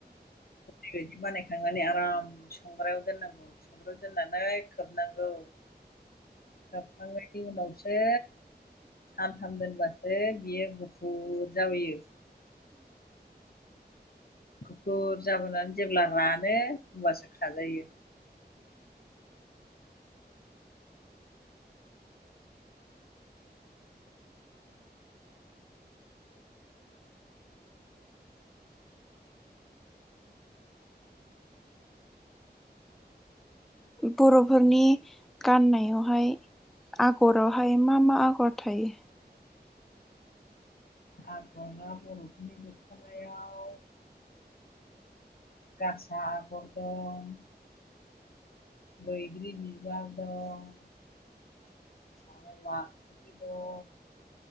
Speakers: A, on the left (about 60°); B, in the centre.
A: बायदि बानायखांनानै आराम संग्रायाव दोननांगौ संग्रायाव दोननानै खोबनांगौ खोबखांनायनि उनावसो सानथाम दोनबासो बियो गुफुर जाबोयो। गुफुर जाबोनानै जेब्ला रानो होमब्लासो खाजायो।
B: बर'फोरनि गाननायावहाय आगरावहाय मा मा आगर थायो।
A: आगरा बर'फोरनि दरखनायाव गासा आगर दं बैग्रि बिबार दं आरो ला दं